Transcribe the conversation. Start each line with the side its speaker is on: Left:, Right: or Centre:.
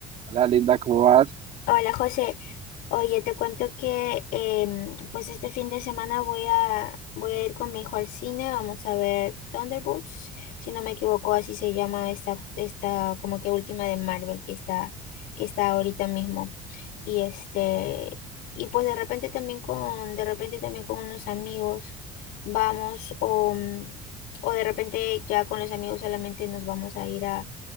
Right: Hola Linda, ¿cómo vas?
Left: Hola José, oye, te cuento que em, pues este fin de semana voy a, voy a ir con mi hijo al cine, vamos a ver Thunderbolts, si no me equivoco, así se llama esta, esta como que última de Marvel que está, que está ahorita mismo. Y este, y pues de repente también con, de repente también con unos amigos vamos, o, mm, o de repente ya con los amigos solamente nos vamos a ir a